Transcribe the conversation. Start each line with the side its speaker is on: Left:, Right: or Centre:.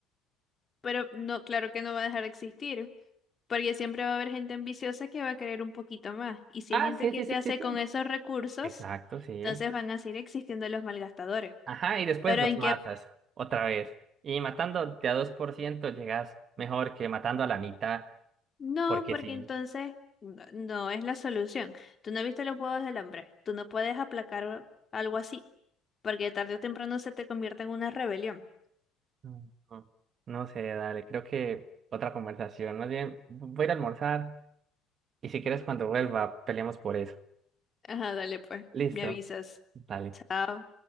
Left: pero no, claro que no va a dejar de existir, porque siempre va a haber gente ambiciosa que va a querer un poquito más. Y si
Right: Ah,
Left: hay gente
Right: sí,
Left: que
Right: sí,
Left: se
Right: sí,
Left: hace
Right: sí, sí.
Left: con esos recursos,
Right: Exacto, sí.
Left: entonces van a seguir existiendo los malgastadores.
Right: Ajá, y después
Left: Pero
Right: los
Left: en
Right: matas
Left: qué,
Right: otra vez. Y matando de a 2% llegas mejor que matando a la mitad,
Left: No,
Right: porque
Left: porque
Right: sí.
Left: entonces no, no es la solución. Tú no viste los juegos del hambre. Tú no puedes aplacar algo así, porque tarde o temprano se te convierte en una rebelión.
Right: Mm. No, no sé, dale, creo que otra conversación. Más bien, voy a ir a almorzar y si quieres cuando vuelva, peleamos por eso.
Left: Ajá, dale pues,
Right: Listo,
Left: me avisas.
Right: dale.
Left: Chao.